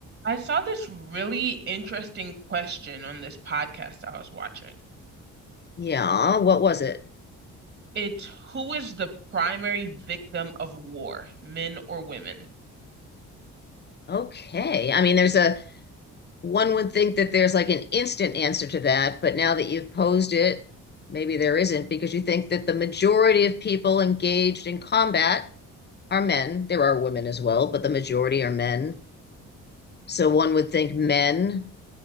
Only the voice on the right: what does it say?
I saw this really interesting question on this podcast I was watching.
It's who is the primary victim of war, men or women?